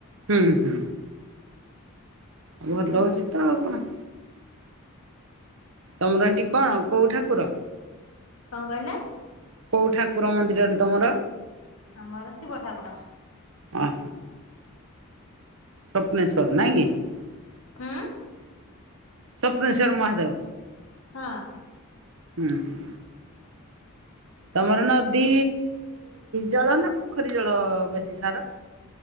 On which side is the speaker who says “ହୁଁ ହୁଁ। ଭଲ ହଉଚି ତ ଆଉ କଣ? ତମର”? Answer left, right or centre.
Right